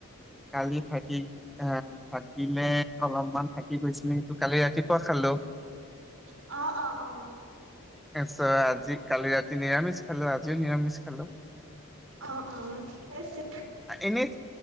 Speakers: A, in the centre; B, on the right.
A: কালি থাকি। আহ থাকিলে অলপমান থাকি গৈছিলে সেটো কালি ৰাতিপুৱা খালো।
B: অ অ অ,
A: তাৰপাছত আজি কালি ৰাতি নিৰামিষ খালো আজিও নিৰামিষ খালো।
B: অ অ ঠিকে আছে।
A: এনেই,